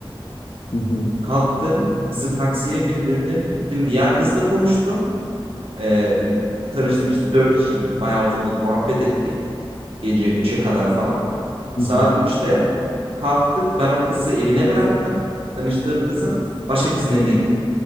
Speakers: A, on the left; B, on the right.
A: hı hı,
B: Kalktım, kızı taksiye bindirdim. Gittim diğer kızla konuştum. Ee, bir, tanıştık işte dört kişiydik. Bayağı oturduk, muhabbet ettik. Gece üçe kadar falan. Saat
A: hı hı.
B: üçte kalktık. Ben o kızı evine bıraktım. Tanıştığım kızın. Başka kızın evine gittim.